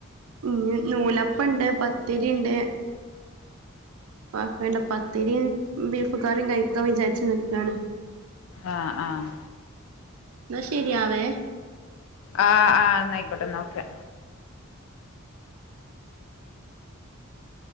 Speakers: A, on the right (about 80°); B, on the left (about 70°).
A: ഇഞ് നൂലപ്പണ്ട് പത്തി രിണ്ട് പ്പ അക്കെണ്ട് പത്തിരിം ബീഫ് കറിയും കയ്ക്കാ വിചാര്ച്ച് ന്ക്കാണ്
B: ആഹ് ആഹ്
A: ന്നാ ശെരിയാവേ
B: ആഹ് ആഹ് ന്നായ്ക്കോട്ടെ ന്നാ ഓക്കെ